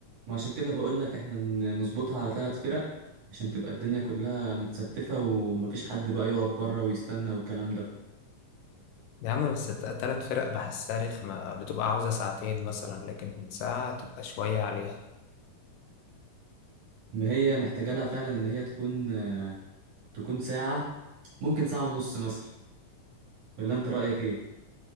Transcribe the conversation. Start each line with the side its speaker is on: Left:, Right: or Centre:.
Right: ما عشان كده بقول لك احنا ن- نظبطها على ثلاث فرق عشان تبقى الدنيا كلها متستفه ومفيش حد بقى يقعد بره ويستنى والكلام ده
Left: يا عم بس الت- التلات فرق بحسها رخمة بتبقى عاوزة ساعتين مثلا لكن ساعة تبقى شوية عليها
Right: ما هي محتاجة لها فعلا إن هي تكون تكون ساعة ممكن ساعة ونص مثلا ولا انت رأيك ايه